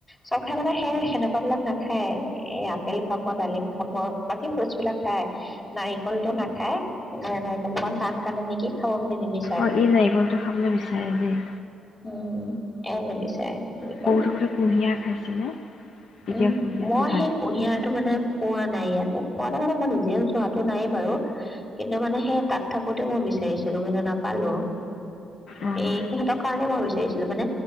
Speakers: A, on the left; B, on the left.
A: চব খাই মানে সেই সেনেকুৱা বিলাক নাখায় এ আপেল খাব ডালিম খাব বাকী ফ্ৰুটচ বিলাক খাই নাৰিকলটো নাখায় নাৰিকল খ টান কাৰণে নেকি খাব নিমি
B: অ ই নাৰিকলটো খাবলৈ বিচাৰে দেই
A: উম এ নিবিচাৰে বুলি কল
B: সৰু থাকোতে কুঁহিয়াৰ খাইছেনে তেতিয়া
A: উম
B: কুঁহিয়াৰটো
A: মই
B: বাদ
A: সেই
B: দিব
A: কুঁহিয়াৰটো মানে পোৱা নাই ইয়াতে পোৱা নাই মানে মই নিজেও চোৱাটো নাই বাৰু কিন্তু মানে সেই তাত থাকোতে মই বিচাৰিছিলো কিন্তু নাপালো
B: অঁ
A: এই সিহঁতৰ কাৰণে মই বিচাৰিছিলো মানে